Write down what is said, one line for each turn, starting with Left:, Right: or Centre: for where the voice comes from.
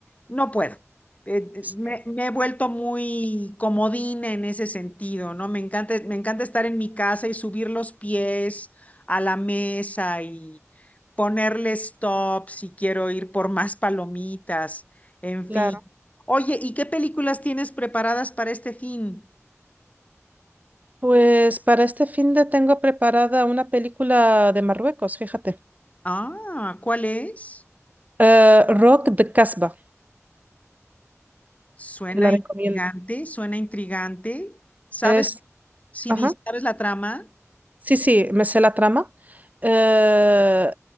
Left: no puedo. Eh, eh,
Right: sí.
Left: me, me he vuelto muy comodina en ese sentido, ¿no? Me encanta, me encanta estar en mi casa y subir los pies a la mesa y ponerle stop si quiero ir por más palomitas, en
Right: Claro.
Left: fin. Oye, ¿y qué películas tienes preparadas para este fin?
Right: Pues para este fin de tengo preparada una película de Marruecos, fíjate.
Left: Ah, ¿cuál es?
Right: Eh, Rock de Casbah,
Left: Suena
Right: te la
Left: intrigante,
Right: recomiendo.
Left: suena intrigante. ¿Sabes
Right: Es,
Left: si
Right: ajá,
Left: di- sabes la trama?
Right: sí, sí, me sé la trama. Eh,